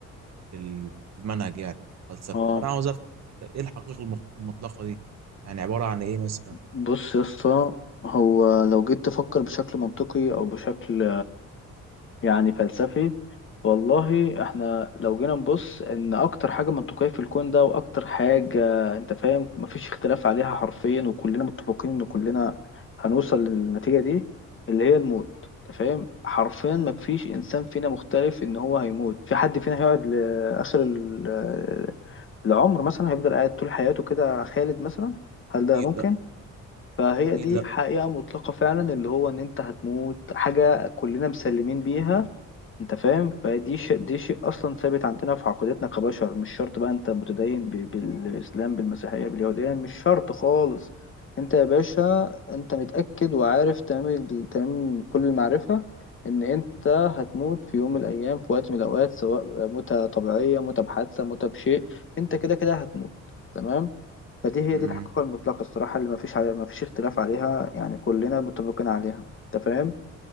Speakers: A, on the right (about 60°); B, on the left (about 40°).
A: ال- في المنهج يعني فلسفة
B: اه
A: فأنا عاوز أفهم إيه الحقيقة المخ- المطلقة دي يعني عبارة عن إيه مثلا
B: بص يا اسطى هو لو جيت تفكر بشكل منطقي او بشكل يعني فلسفي والله احنا لو جينا نبص ان اكتر حاجة منطقية في الكون ده واكتر حاجة انت فاهم مفيش اختلاف عليها حرفيا وكلنا متفقين ان كلنا هنوصل للنتيجة دي اللي هي الموت انت فاهم حرفيا مفيش انسان فينا مختلف ان هو هيموت في حد فينا هيقعد لاخر ال- العمر مثلا هيفضل قاعد طول حياته كده خالد مثلا هل ده
A: أكيد
B: ممكن
A: لأ
B: فهي دي
A: أكيد لأ
B: حقيقة مطلقة فعلا اللي هو ان انت هتموت حاجة كلنا مسلمين بيها انت فاهم فدي شيء دي شيء اصلا ثابت عندنا في عقيدتنا كبشر مش شرط بقى انت متدين ب- بالاسلام بالمسيحيه باليهوديه مش شرط خالص انت يا باشا انت متاكد وعارف تمام تمام كل المعرفه ان انت هتموت في يوم من الايام في وقت من الاوقات سواء موتة طبيعيه موتة بحادثه موتة بشيء انت كده كده هتموت تمام فدي هي
A: أمم،
B: دي الحقيقه المطلقه الصراحه اللي ما فيش ما فيش اختلاف عليها يعني كلنا متفقين عليها انت فاهم